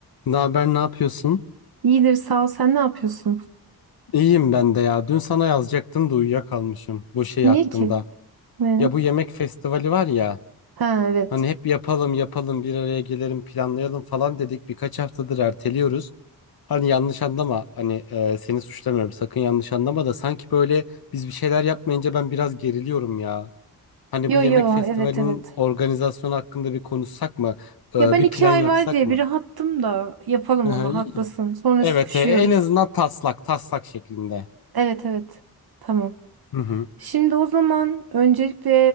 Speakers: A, on the left; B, on the right.
A: Ne haber, ne yapıyorsun?
B: İyidir sağ ol. Sen ne yapıyorsun?
A: İyiyim ben de ya. Dün sana yazacaktım da uyuyakalmışım bu şey
B: Niye
A: hakkında.
B: ki? Ne?
A: Ya bu yemek festivali var ya.
B: Ha evet.
A: Hani hep yapalım yapalım bir araya gelelim planlayalım falan dedik. Birkaç haftadır erteliyoruz. Hani yanlış anlama. Hani e, seni suçlamıyorum. Sakın yanlış anlama da sanki böyle biz bir şeyler yapmayınca ben biraz geriliyorum ya. Hani
B: Yo
A: bu yemek
B: yo
A: festivalinin
B: evet evet.
A: organizasyonu hakkında bir konuşsak mı? E,
B: Ya ben
A: bir
B: iki
A: plan
B: ay
A: yapsak
B: var diye
A: mı?
B: bir rahattım da yapalım
A: Hı
B: ama
A: hı.
B: haklısın. Sonra
A: Evet,
B: sıkışıyoruz.
A: e, en azından taslak taslak şeklinde.
B: Evet evet. Tamam.
A: Hı hı.
B: Şimdi o zaman öncelikle